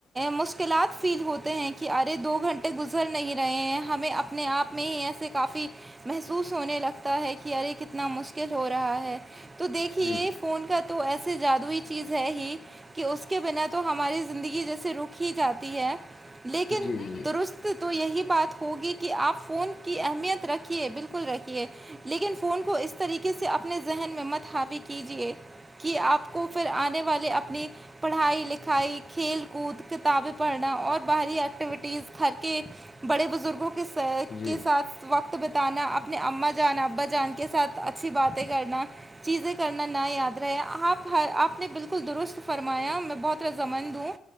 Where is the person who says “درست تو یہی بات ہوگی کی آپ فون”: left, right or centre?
Right